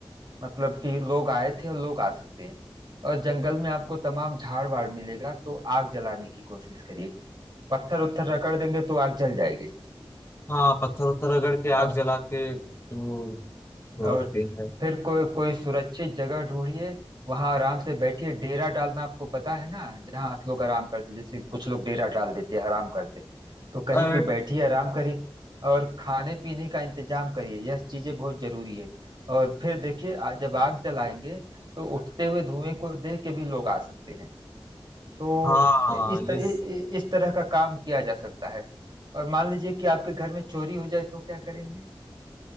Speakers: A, on the right; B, on the left.
A: मतलब कि लोग आए थे और लोग आ सकते हैं और जंगल में आपको तमाम झाड़ वाड़ मिलेगा तो आग जलाने की कोशिश करिए पत्थर उत्थर रगड़ देंगे तो आग जल जाएगी
B: हाँ पत्थर उत्थर रगड़ के
A: अ,
B: आग जला के वो तो
A: और
B: रखते हैं
A: फिर कोई कोई सुरक्षित जगह ढूंढिए वहां आराम से बैठिए डेरा डालना आपको पता है ना जहाँ लोग आराम करते जैसे कुछ लोग डेरा डाल देते हैं आराम करते तो
B: अ,
A: कहीं पे बैठिए आराम करिए और खाने पीने का इंतजाम करिए यह चीजें बहुत जरूरी है और फिर देखिए आ- जब आग जलाएंगे तो उठते हुए धुएं को देख के भी लोग आ सकते हैं तो
B: हाँ
A: इस तरह
B: ये स-
A: इस तरह का काम किया जा सकता है और मान लीजिए कि आपके घर में चोरी हो जाए तो क्या करेंगे